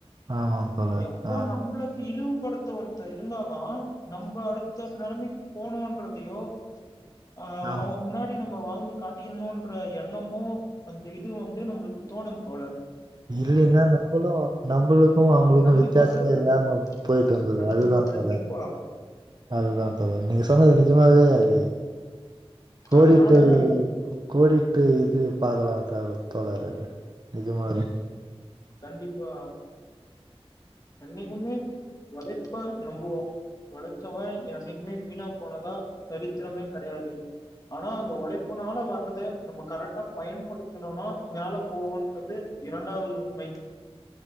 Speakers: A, on the right; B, on the left.
A: ஆமாம் தோழர்
B: எப்போ
A: ஆ
B: நம்பளுக்கு இலுவு படுத்து ஒருத்த இருந்தாதான் நம்போ அடுத்த நலைமைக்கு போனோன்றதையோ ஆஹ்
A: ஆமாம்
B: அவங்க முன்னாடி நம்ம வாழ்ந்து காட்டிடணும்ன்ற எண்ணமும் அந்த இது வந்து நம்மளுக்கு தோணும் தோலர்
A: இல்லன்னா நம்பலு நம்பலுக்கும் அவங்களுக்கும்
B: கண்டிப்பா
A: வித்தியாசமே
B: தோழர்
A: இல்லாம போய்ட்டு இருந்துருக்கும்
B: கண்டிப்பா
A: அதா
B: கண்டிப்பா
A: தொலர் அதுதான் தோழர் நீங்க சொன்னது நஜமாவே அது கோடிட்டு
B: அதனால
A: கோடிட்டு இது பாக்கலாம் தோலைறது இது நிஜமாவே
B: கண்டிப்பா எண்ணக்குமே ஓலைப்ப நம்புவோம் ஒளைச்சவன் என்னைக்குமே வீணா போனதா சரித்திரமே கடையாது ஆனா அந்த உழைப்புனால வர்றதை நம்ம கரெக்டா பயன்படுத்தணும்னா மேல போவோன்றது இரண்டாவது உண்மை